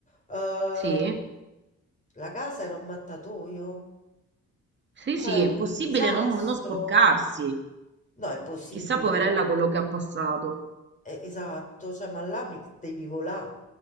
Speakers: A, on the left (about 25°); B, on the right (about 40°).
A: Sì. eh,
B: Sì,
A: la casa era un mattatoio,
B: sì,
A: cioè
B: sì,
A: era
B: è
A: un
B: impossibile
A: disastro.
B: non, non sporcarsi.
A: No, è impossibile
B: Chissà, poverella,
A: là.
B: quello che ha passato.
A: Eh, esatto, cioè, ma là mi devi volà,